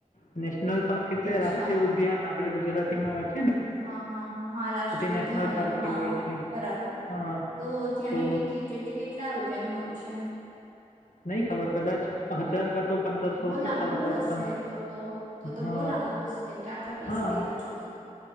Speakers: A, on the left; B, on the right.
A: ને નેશનલ પાર્ક એટલે
B: અચ્છા
A: રા્ટ્રીય ઉદ્યાન આપ આપણે ગુરાતી માં વાત
B: હા હા હા હા રાષ્ટ્રીયોદ્યાનો
A: નેશનલ પાર્ક
B: હા
A: કહેવાય
B: હા
A: છે.
B: બરાબર
A: હા,
B: તો ત્યાંની
A: તો
B: ટિકિટ એટલે કેટલા રૂપિયાની હોય છે?
A: નહીં ખબર કદાચ હજાર તો પંદરસો
B: બહુ
A: હશે
B: લાંબુ
A: પર પર્સન.
B: હશે તો તો તો
A: હા
B: બહુ લાંબુ હશે કેમ કે આટલા પૈસા
A: હા
B: લેતા છે તો